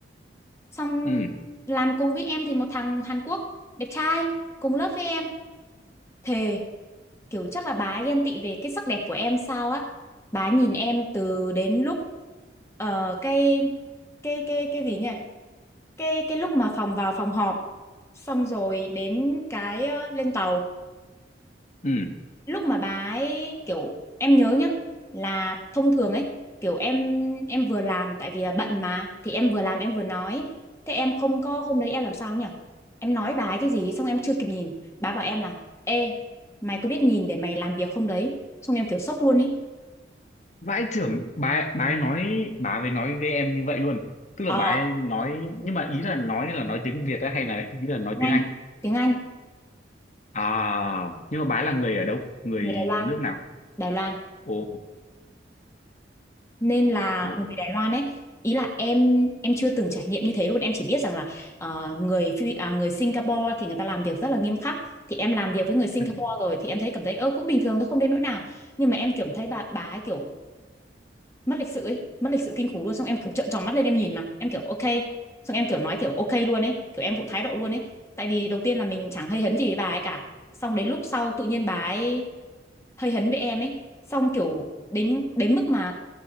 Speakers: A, on the left (about 15°); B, on the left (about 40°).
A: xong
B: ừ,
A: làm cùng với em thì một thằng Hàn Quốc đẹp trai cùng lớp với em thề kiểu chắc là bà ấy ghen tị về cái sắc đẹp của em sao á bà nhìn em từ đến lúc ờ, cái cái cái cái gì nhỉ cái cái lúc mà phòng vào phòng họp xong rồi đến cái ờ, lên tàu
B: ừ.
A: lúc mà bà ấy kiểu em nhớ nhá là thông thường ấy kiểu em em vừa làm tại vì là bận mà thì em vừa làm em vừa nói thế em không có hôm đấy em làm sao nhỉ em nói bà ấy cái gì xong em chưa kịp nhìn bà bảo em là ê mày có biết nhìn để mày làm việc không đấy xong em kiểu sốc luôn ấy
B: vãi chưởng bà ấy- bà ấy nói bà ấy nói với em như vậy luôn tức là
A: ờ
B: bà ấy nói nhưng mà ý là nói là nói tiếng Việt á hay là ý là nói
A: tiếng
B: tiếng
A: Anh
B: Anh
A: tiếng Anh
B: à nhưng mà bà ấy là người ở đâu người
A: người Đài Loan
B: nước nào
A: Đài Loan
B: ồ
A: nên là
B: ồ ồ.
A: người Đài Loan ấy ý là em em chưa từng trải nghiệm như thế luôn em chỉ biết rằng là ờ, người Phi- à, người Singapore thì người ta làm việc rất là nghiêm khắc thì em làm việc với người Singapore
B: ừ.
A: rồi thì em thấy cảm thấy ơ cũng bình thường thôi không đến nỗi nào nhưng mà em kiểu thấy bà bà ấy kiểu mất lịch sự ấy mất lịch sự kinh khủng luôn xong em kiểu trợn tròn mắt lên em nhìn mà em kiểu ok xong em kiểu nói kiểu ok luôn ấy kiểu em cũng thái độ luôn ấy tại vì đầu tiên là mình chẳng hay hấn gì với bà ấy cả xong đến lúc sau tự nhiên bà ấy hơi hấn với em ấy xong kiểu đến đến mức mà